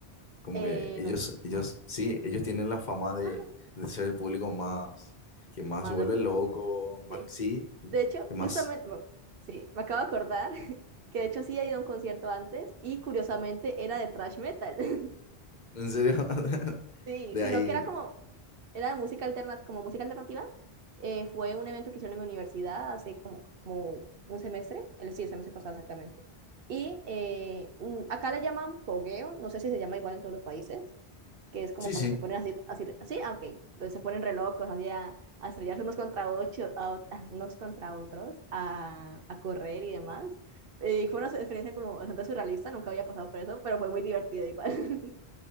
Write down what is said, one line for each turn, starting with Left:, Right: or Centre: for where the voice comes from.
Left: Como
Right: Eh,
Left: que ellos,
Right: no,
Left: ellos,
Right: no.
Left: sí, ellos tienen la fama de,
Right: Ah,
Left: de ser el público más, que más
Right: más
Left: se vuelve
Right: loquito.
Left: loco, más,
Right: Sí.
Left: sí, sí,
Right: De hecho,
Left: que más,
Right: justamente, bueno, sí, me acabo de acordar <laughs> que de hecho sí he ido a un concierto antes y curiosamente era de thrash metal. <laughs>
Left: en serio, <laughs>
Right: Sí,
Left: de
Right: sino
Left: ahí,
Right: que era como, era de música alternativa, como música alternativa. Eh, fue un evento que hicieron en mi universidad hace como, como un semestre, el, sí, el semestre pasado exactamente. Y eh, mm, acá le llaman pogueo, no sé si se llama igual en todos los países, que es como
Left: sí,
Right: cuando
Left: sí.
Right: se ponen así, así, así, ah, ok, entonces se ponen re locos, así a, a estrellarse unos contra, ocho, a ot- <laughs> unos contra otros, a, a correr y demás. Eh, fue una experiencia como bastante surrealista, nunca había pasado por eso, pero fue muy divertido igual. <laughs>